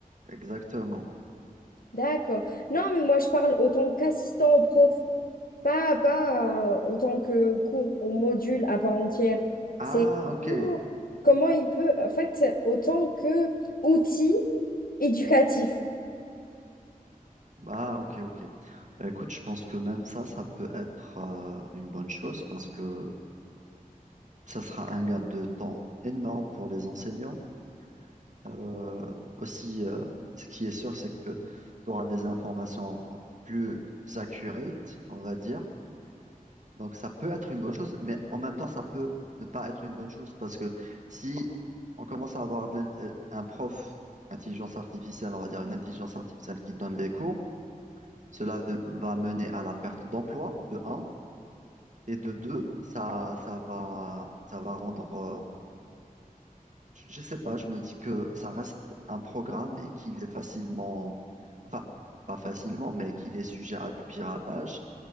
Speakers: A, on the right (about 55°); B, on the left (about 80°).
A: Exactement.
B: D'accord. Non, mais moi, je parle autant qu'assistant au prof, pas, pas euh, autant que cours au module à part entière.
A: Ah,
B: C'est
A: ok.
B: comment comment il peut, en fait, autant que outil éducatif.
A: Ah, ok, ok. Bah, écoute, je pense que même ça, ça peut être euh, une bonne chose parce que ça sera un gain de temps énorme pour les enseignants. Euh, aussi, euh, ce qui est sûr, c'est que tu auras des informations plus accurate, on va dire. Donc, ça peut être une bonne chose, mais en même temps, ça peut ne pas être une bonne chose parce que si on commence à avoir de l'int- euh, un prof, intelligence artificielle, on va dire une intelligence artificielle qui donne les cours, Cela v- va mener à la perte d'emploi, de un, et de deux, ça, ça va, ça va rendre, euh, je je sais pas, je me dis que ça reste un programme et qu'il est facilement, enfin, pas facilement, mais qu'il est sujet à du piratage.